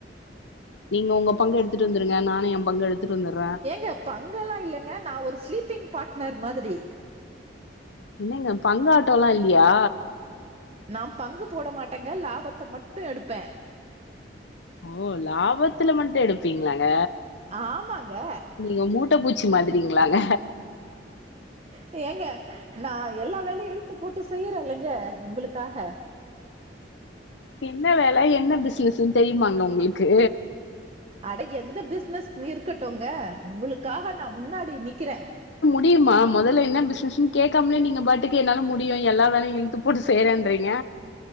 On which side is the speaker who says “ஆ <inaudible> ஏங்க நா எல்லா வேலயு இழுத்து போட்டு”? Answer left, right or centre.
Right